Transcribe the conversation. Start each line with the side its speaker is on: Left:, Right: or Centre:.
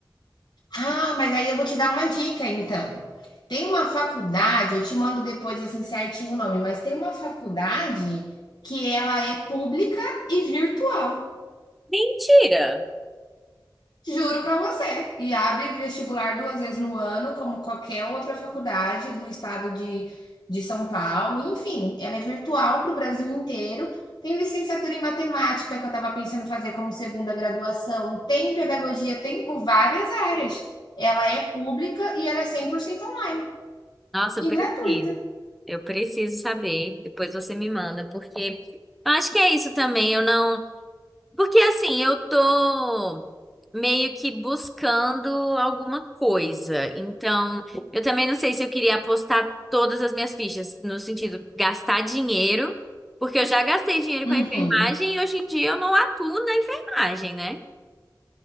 Left: Ah, mas aí eu vou te dar uma dica, então. Tem uma faculdade, eu te mando depois assim certinho o nome, mas tem uma faculdade que ela é pública e virtual.
Centre: Mentira!
Left: Juro para você. E abre vestibular duas vezes no ano, como qualquer outra faculdade do estado de, de São Paulo. Enfim, ela é virtual para o Brasil inteiro. Tem licenciatura em matemática, que eu estava pensando em fazer como segunda graduação. Tem pedagogia, tem por várias áreas. Ela é pública e ela é 100% online
Centre: Nossa,
Left: e
Centre: eu preciso.
Left: gratuita.
Centre: Eu preciso saber. Depois você me manda, porque eu acho que é isso também. Eu não. Porque assim, eu tô meio que buscando alguma coisa. Então, eu também não sei se eu queria apostar todas as minhas fichas, no sentido gastar dinheiro, porque eu já gastei dinheiro
Left: Uhum.
Centre: com a enfermagem e hoje em dia eu não atuo na enfermagem, né?